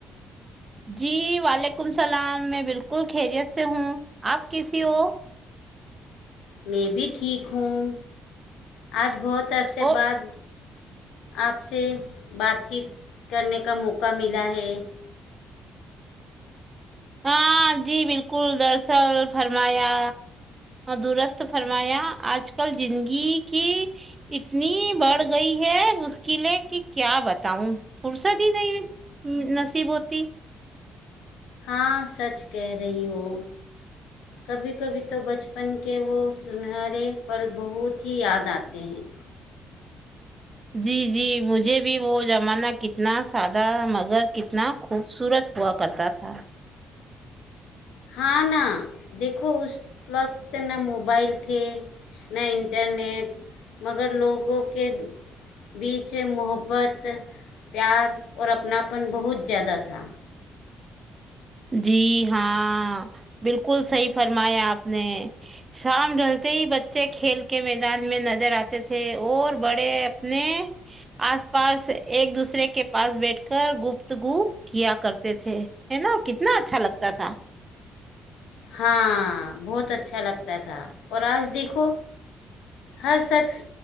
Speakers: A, on the right; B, on the left.
A: جی وعلیکم السلام میں بالکل خیریت سے ہوں آپ کیسی ہو
B: میں بھی ٹھیک ہوں آج بہت اتر سے
A: او
B: بعد آپ سے بات چیت کرنے کا موقع ملا ہے
A: ہاں جی بالکل دراصل فرمایا درست فرمایا آج کل زندگی کی اتنی بڑھ گئی ہے مشکلیں کہ کیا بتاؤں فرصت ہی نہیں نصیب ہوتی
B: ہاں سچ کہہ رہی ہو کبھی کبھی تو بچپن کے وہ سنہرے پل بہت ہی یاد آتے ہیں
A: جی جی مجھے بھی وہ زمانہ کتنا سادہ مگر کتنا خوبصورت ہوا کرتا تھا
B: ہاں نہا دیکھو اس وقت ن موبائل تھ نہ انٹرنیٹ مگر لوگوں کے بیچ محبت پیار اور اپناپن بہت زیادہ تھا
A: جی ہاں بالکل صحیح فرمایا آپ نے شام ڈلتے ہی بچے کھیل کے میدان میں نظر آتے تھے اور بڑے اپنے آس پاس ایک دوسرے کے پاس بیٹھ کر گفتگو کیا کرتے تھے ہے نا کتنا اچھا لگتا تھا
B: ہاں بہت اچھا لگتا تھا اور آج دیکھو ہر شخص